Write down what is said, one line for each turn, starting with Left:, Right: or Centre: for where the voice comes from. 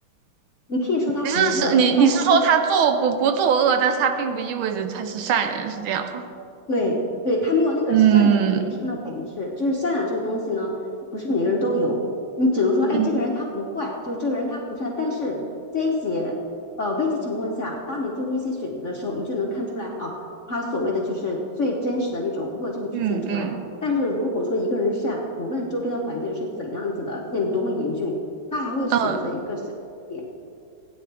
Left: 你可以说他不恶，
Right: 你是是你你是说他做不不作恶，
Left: 但是这个人。
Right: 但是他并不意味着他是善人，是这样吗？
Left: 对对，他没有那个善的点上的本质，
Right: 嗯。
Left: 就是善良这个东西呢，不是每个人都有。你只能说，哎，
Right: 嗯，
Left: 这个人他不坏，就这个人他不善。但是这一些呃危机情况下，当你做出一些选择的时候，你就能看出来啊，他所谓的就是最真实的那种恶就会体现出来。
Right: 嗯嗯
Left: 但是如果说一个人善，无论周边的环境是怎样子的，变得多么严峻，他还会选择一个善的点。
Right: 嗯，